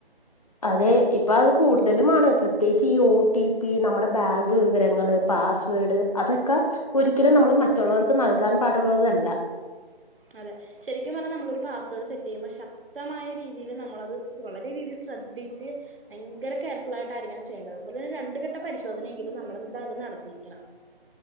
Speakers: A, on the left; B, on the right.
A: അതെ ഇപ്പം അത് കൂടുതലുംമാണ് പ്രത്യേകിച്ച് ഈ ഓ ടി പി നമ്മുടെ ബാങ്ക് വിവരങ്ങൾ, പാസ്‌വേഡ് അതൊക്കെ ഒരിക്കലും നമ്മള് മറ്റുള്ളവർക്ക് നൽകാൻ പാടുള്ളതല്ല.
B: അതെ ശരിക്കും പറഞ്ഞാൽ നമ്മളൊരു പാസ്വേർഡ് സെറ്റ് ചെയ്യുമ്പോ ശക്തമായ രീതിയിൽ നമ്മളത് വളരെ രീതിൽ ശ്രദ്ധിച്ച് ഭയങ്കര കെയർഫുൾ ആയിട്ടായിരിക്ക ഞാ ചെയ്യേണ്ടത്തുപോലെെ രണ്ട് ഘട്ട പരിശോധനയെങ്കിലും നമ്മൾ എന്തായാലും നടത്തിയിരിക്കണം.